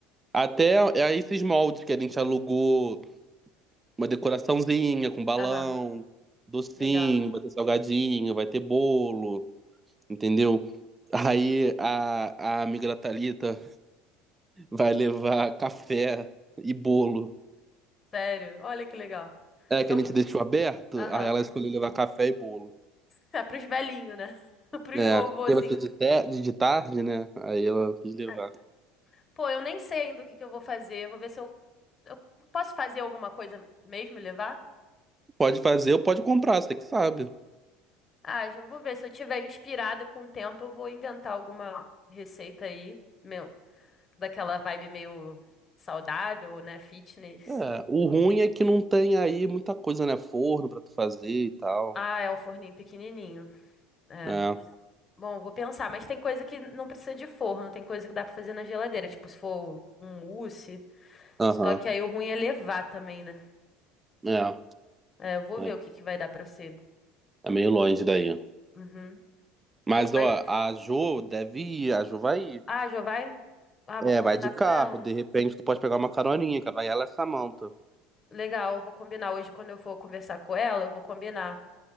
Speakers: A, on the right; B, on the left.
A: até é esses moldes que a gente alugou, uma decoraçãozinha com balão,
B: Aham,
A: docinho,
B: legal.
A: vai ter salgadinho, vai ter bolo, entendeu? Aí a, a amiga da Thalita vai levar café e bolo.
B: Sério, olha que legal.
A: É, que
B: Eu,
A: a gente deixou aberto,
B: aham.
A: aí ela escolheu levar café e bolo.
B: É, pros velhinhos, né? <laughs> Pros
A: É,
B: vovozinhos.
A: porque vai ser de, te- de tarde, né? Aí ela quis levar.
B: Ai, Pô, eu nem sei ainda o que que eu vou fazer. Eu Vou ver se eu, eu posso fazer alguma coisa mesmo e levar?
A: Pode fazer ou pode comprar, você que sabe.
B: Ah, eu vou ver. Se eu tiver inspirada com o tempo, eu vou inventar alguma receita aí, meu, daquela vibe meio saudável, né? Fitness.
A: É, o ruim é que não tem aí muita coisa, né? Forno pra tu fazer e tal.
B: Ah, é o forninho pequenininho. É.
A: É,
B: Bom, vou pensar, mas tem coisa que não precisa de forno, tem coisa que dá pra fazer na geladeira, tipo se for um mousse.
A: aham.
B: Só que aí o ruim é levar também, né?
A: É,
B: É, eu vou
A: é,
B: ver o que que vai dar pra ser.
A: é meio longe daí.
B: Uhum.
A: Mas,
B: Pô,
A: ó,
B: mas...
A: a Jo deve ir, a Jo vai ir.
B: Ah, já vai? Ah, vou
A: É,
B: combinar
A: vai de carro,
B: com ela.
A: de repente tu pode pegar uma caroninha, que vai ela e a Samantha.
B: Legal, eu vou combinar. Hoje, quando eu for conversar com ela, eu vou combinar.